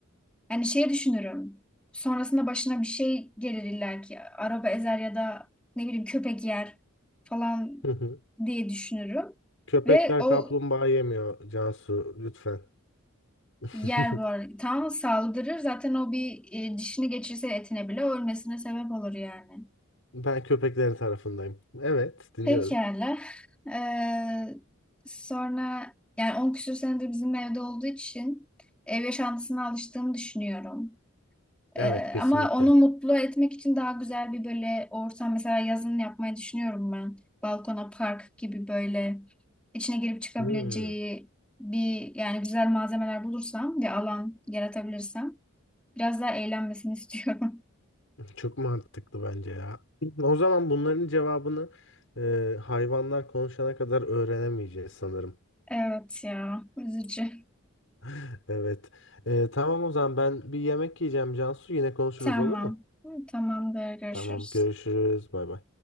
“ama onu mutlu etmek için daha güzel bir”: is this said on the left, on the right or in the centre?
Centre